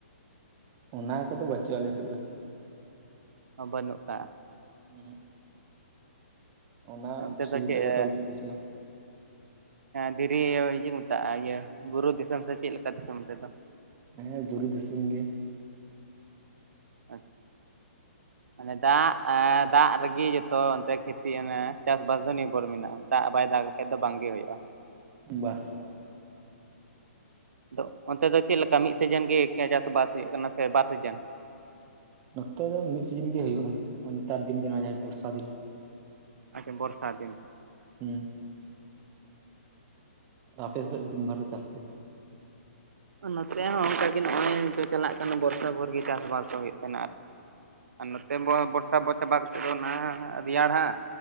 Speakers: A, on the right (about 25°); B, on the right (about 75°).
A: ᱚᱱᱟ ᱠᱚᱫᱚ ᱵᱟᱪᱩᱜᱼᱟ ᱟᱞᱮ ᱥᱮᱫ ᱫᱚ᱾
B: ᱵᱟᱹᱱᱩᱜᱼᱟ᱾
A: ᱩᱸᱦᱩᱜ ᱚᱱᱟ
B: ᱟᱪᱪᱷᱟ ᱚᱱᱛᱮ
A: ᱥᱩᱵᱤᱛᱟ
B: ᱫᱚ ᱪᱮᱫ
A: ᱠᱚᱫᱚ ᱟᱞᱮ ᱥᱮᱫ ᱫᱚ ᱵᱟᱪᱩᱜᱼᱟ᱾
B: ᱫᱷᱤᱨᱤ ᱤᱭᱟᱹ ᱪᱮᱫ ᱠᱚ ᱢᱮᱛᱟᱜᱼᱟ ᱤᱭᱟᱹ ᱵᱩᱨᱩ ᱫᱤᱥᱚᱢ ᱥᱮ ᱪᱮᱫ ᱞᱮᱠᱟ ᱫᱤᱥᱚᱢ ᱚᱱᱛᱮ ᱫᱚ?
A: ᱦᱮᱸ ᱵᱩᱨᱩ ᱫᱤᱥᱚᱢ ᱜᱮ᱾
B: ᱟᱪᱪᱷᱟ᱾ ᱢᱟᱱᱮ ᱫᱟᱜ, ᱫᱟᱜ ᱨᱮ ᱜᱮ ᱡᱚᱛᱚ ᱚᱱᱛᱮ ᱠᱷᱮᱛᱤ ᱚᱱᱟ ᱪᱟᱥᱵᱟᱥ ᱫᱚ ᱱᱤᱨᱵᱷᱚᱨ ᱢᱮᱱᱟᱜᱼᱟ᱾ ᱫᱟᱜ ᱵᱟᱭ ᱫᱟᱜ <unintelligible> ᱫᱚ ᱵᱟᱝ ᱜᱮ ᱦᱩᱭᱩᱜᱼᱟ᱾
A: ᱵᱟ᱾
B: ᱟᱫᱚ ᱚᱱᱛᱮ ᱫᱚ ᱪᱮᱜ ᱞᱮᱠᱟ ᱢᱤᱫ ᱥᱤᱡᱮᱱ ᱜᱮ ᱪᱟᱥᱵᱟᱥ ᱦᱩᱭᱩᱜ ᱠᱟᱱᱟ ᱥᱮ ᱵᱟᱨ ᱥᱤᱡᱤᱱ?
A: ᱱᱚᱛᱮ ᱫᱚ ᱢᱤᱜ ᱥᱤᱡᱤᱱ ᱜᱮ ᱦᱩᱭᱩᱜᱼᱟ᱾ ᱦᱚᱸᱜᱼᱚᱭ ᱱᱮᱛᱟᱨ ᱫᱤᱱ ᱜᱮ ᱱᱚᱣᱟ ᱡᱟᱦᱟᱸ ᱵᱚᱨᱥᱟ ᱫᱤᱱ᱾
B: ᱟᱪᱪᱷᱟ ᱵᱚᱨᱥᱟ ᱫᱤᱱ?
A: ᱦᱮᱸ᱾ ᱟᱯᱮ ᱥᱮᱜ ᱵᱟᱨ <unintelligible> ᱪᱟᱥᱛᱮ?
B: ᱱᱚᱛᱮ ᱦᱚᱸ ᱚᱱᱠᱟᱜᱮ ᱱᱚᱜᱼᱚᱭ ᱱᱤᱛᱚᱜ ᱪᱟᱞᱟᱜ ᱠᱟᱱᱟ ᱵᱚᱨᱥᱟ ᱵᱷᱳᱨ ᱜᱮ ᱪᱟᱥᱵᱟᱥ ᱠᱚ ᱦᱩᱭᱩᱜ ᱛᱟᱦᱮᱱᱟ ᱟᱨ, ᱟᱨ ᱱᱚᱛᱮ ᱵᱚᱨᱥᱟ ᱵᱚ ᱪᱟᱵᱟ ᱠᱟᱛᱮᱜ ᱫᱚ ᱚᱱᱟ ᱨᱮᱭᱟᱲ ᱦᱟᱸᱜ,